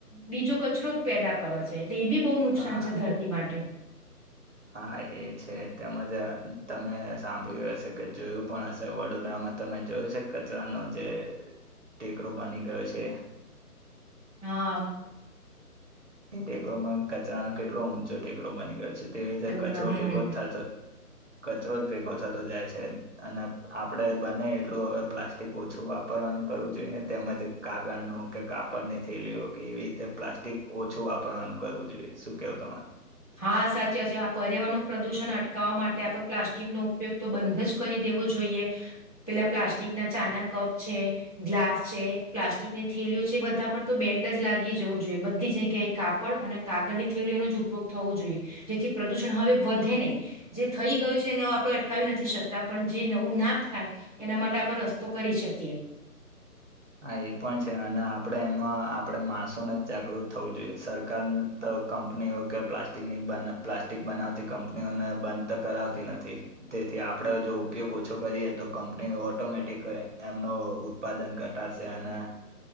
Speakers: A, on the left (about 25°); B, on the right (about 50°).
A: બીજો કચરો પેદા કરે છે. એ બી બહુ નુકસાન
B: હા
A: છે ધરતી માટે
B: હા એ છે તેમજ તમે સાંભળ્યું હશે કે જોયું પણ હશે વડોદરામાં તમે જોયો છે કચરાનો જે ટેકરો બની ગયો છે.
A: હા
B: એ ટેકરોમાં કચરાનો કેટલો ઊંચો ટેકરો બની ગયો છે તેવી રીતે કચરો
A: હમ્મ,
B: ભેગો જ થાય તો કચરો જ ભેગો થતો જાય છે અને આપડે બને એટલું હવે પ્લાસ્ટિક ઓછું વાપરવાનું કરવું જોઈએ તેમજ કાગળનું કે કાપડની થેલીઓ કે એવી રીતે પ્લાસ્ટિક ઓછું વાપરવાનું કરવું જોઈએ શું કેવું તમે
A: હા સાચી છે આ પર્યાવરણ નુ પ્રદુષણ અટકાવવા માટે આપે પ્લાસ્ટિકનો ઉપયોગ તો બંધ જ કરી દેવો જોઈએ પેલા પ્લાસ્ટિક ના ચાના કપ છે ગ્લાસ છે પ્લાસ્ટિકની થેલીઓ છે બધા પર તો બેન્ડ જ લાગી જવું જોઈએ બધી જગ્યાએ કાપડ અને કાગળની થેલીઓનો જ ઉ ઉપગ થવો જોઈએ જેથી પ્રદુષણ હવે વધે નહી જે થઈ ગયું છે એ ન આપણે અટકાવી નથી શકતા પણ જે નવું નાપ થાય એના માટે આપણે રસ્તો કરી શકીએ
B: હા એ પણ છે અને આપણે એમાં આપણે માણસોને જાગૃત થવું જોઈએ સરકાર તો કંપનીઓ કે પ્લાસ્ટિકની પ્લાસ્ટિક બનાવતી કંપનીઓને બંધ તો કરાવતી નથી તેથી આપણે જો ઉપયોગ ઓછો કરીએ તો કંપનીઓ ઓટોમેટિક એમનો ઉત્પાદન કર ટશે અને